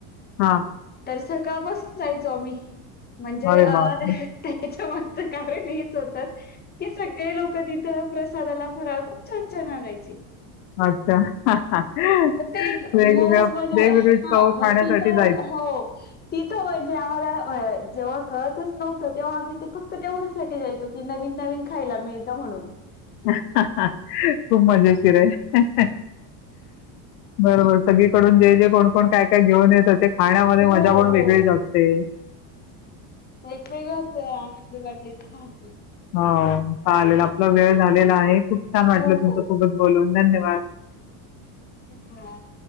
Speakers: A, on the left; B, on the left.
A: हा...
B: तर सकाळपासून जायचो मी म्हणजे
A: अरे बापरे
B: त्याच्या... मागचं कारण हेच होत की सगळे लोक तिथं... प्रसादाला भराव खूप छान छान आणायची..
A: अच्छा वेगवेगळ्या
B: पण ते एक मौज मजा
A: वेगवेगळ्या
B: हां,
A: चव
B: मग
A: खाण्यासाठी
B: तिथं
A: जाय...
B: हो तिथ.. म्हंजे आम्हाला जेव्हा कळतच नव्हत तेव्हा आम् ते फक्त तेवण्यासाठी जायचो की नवीन नवीन.... जायला मिळत म्हणून...
A: खूप मजेशीर ये बरोबर सगळीकडून जे जे कोणकोण काय काय घेऊन येतं ते खाण्यामध्ये
B: हो,
A: मजा पण
B: हो.
A: वेगळीच असते.
B: एक वेगळाच आनंद वाटायचं लहानपणी
A: हो चालेल आपला वेळ झालेला आहे खूप छान वाटलं
B: हो,
A: तुमच्या
B: हो.
A: सोबत बोलून धन्यवा वाद
B: धन्यवाद.